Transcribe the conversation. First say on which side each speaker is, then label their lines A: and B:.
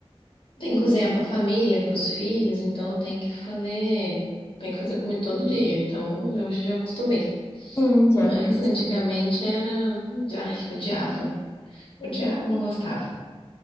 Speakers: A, on the left (about 60°); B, on the left (about 25°).
A: Tem que cozinhar para a família, para os filhos, então tem que fazer, tem que fazer comida todo dia. Então hoje eu já acostumei.
B: Sim, já
A: Mas
B: me acostuma.
A: antigamente era, ai, eu odiava, odiava, não gostava.